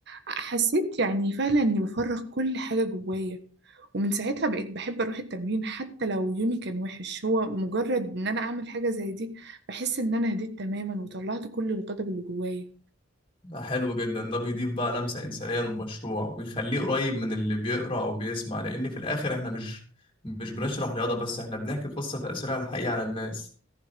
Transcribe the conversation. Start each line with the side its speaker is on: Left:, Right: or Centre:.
Right: حسيت يعني فعلا إني بفرغ كل حاجة جوايا ومن ساعتها بقيت بحب أروح التمرين حتى لو يومي كان وحش هو مجرد إن أنا أعمل حاجة زي دي بحس إن أنا هديت تماما وطلعت كل الغضب اللي جوايا
Left: ده حلو جدا ده بيضيف بقى لمسة إنسانية للمشروع ويخليه قريب من اللي بيقرأ أو بيسمع لأن في الآخر إحنا مش مش بنشرح رياضة بس إحنا بنحكي قصة تأثيرها على الحقيقة على الناس